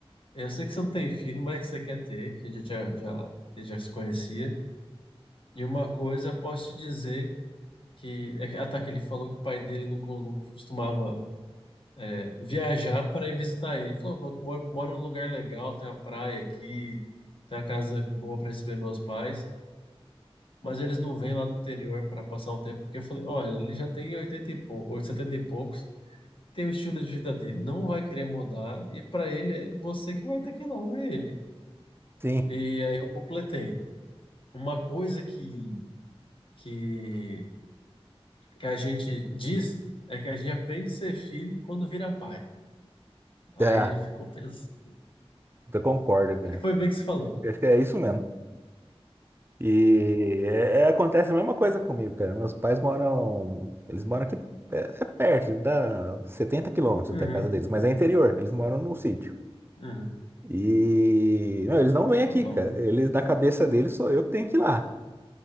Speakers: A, on the left; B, on the right.
A: eu sei que você não tem filho, mas é que você quer ter, que a gente já, já, ele já se conhecia. E uma coisa, eu posso te dizer que. é que- Ah, tá, que ele falou que o pai dele não, co- não costumava é, viajar para ir visitar ele. Ele falou: "Pô, eu moro, moro num lugar legal, tem uma praia aqui, tem uma casa boa para receber meus pais. Mas eles não vêm lá do interior para passar um tempo, porque eu falei: Olha, ele já tem oitenta e poucos, ou e poucos. tem o estilo de vida dele, não vai querer mudar, e para ele é você que vai ter que ir lá ver ele.
B: Sim,
A: E aí eu completei. Uma coisa que, que, que a gente diz é que a gente aprende a ser filho quando vira pai. Aí
B: tá.
A: ele ficou pensando. <laughs>
B: Eu concordo, cara.
A: Que foi bem que você falou.
B: Eu Acho que é isso mesmo. E é- é- acontece a mesma coisa comigo, cara. Meus pais moram. Eles moram aqui é, é perto, dá setenta quilômetros
A: Uhum,
B: até a casa deles, mas é interior, eles moram num sítio.
A: uhum,
B: E não, eles não vêm
A: foi
B: aqui,
A: bom.
B: cara. Eles na cabeça deles sou eu que tenho que ir lá.